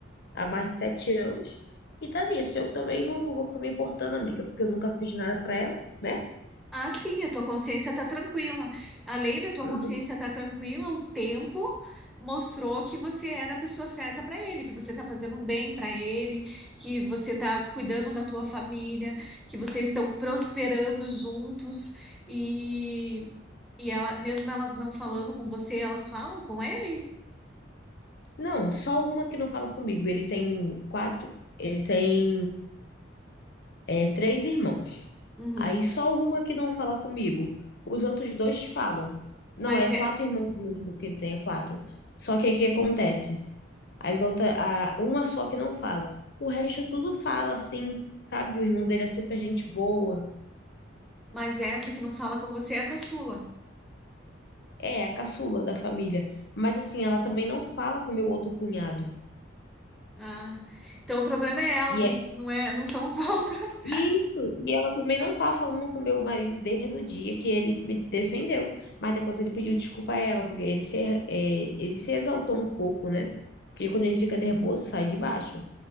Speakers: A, on the left; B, in the centre.
A: há mais de sete anos. E tá nisso. Eu também não, não vou ficar me importando, amiga, porque eu nunca fiz nada pra ela, né?
B: Ah, sim, a tua consciência tá tranquila. Além da tua
A: Uhum.
B: consciência tá tranquila, o tempo mostrou que você era a pessoa certa para ele, que você tá fazendo bem para ele, que você tá cuidando da tua família, que vocês estão prosperando juntos e e ela, mesmo elas não falando com você, elas falam com ele?
A: Não, só uma que não fala comigo. Ele tem quatro, ele tem é, três irmãos.
B: Uhum.
A: Aí só uma que não fala comigo. Os outros dois falam. Não,
B: Mas
A: é
B: é,
A: quatro irmãos mesmo que ele tem, é quatro. Só que o que acontece? As outra, a, uma só que não fala. O resto tudo fala, assim, sabe? O irmão dele é super gente boa.
B: mas é essa que não fala com você é a caçula.
A: É, a caçula da família. Mas assim, ela também não fala com meu outro cunhado.
B: Ah, então o problema é ela,
A: E
B: não,
A: é
B: não é, não são os <laughs> outros.
A: isso. E ela também não tá falando com meu marido desde o dia que ele me defendeu. Mas depois ele pediu desculpa a ela, porque ele se, é, ele se exaltou um pouco, né? Porque quando ele fica nervoso, sai de baixo.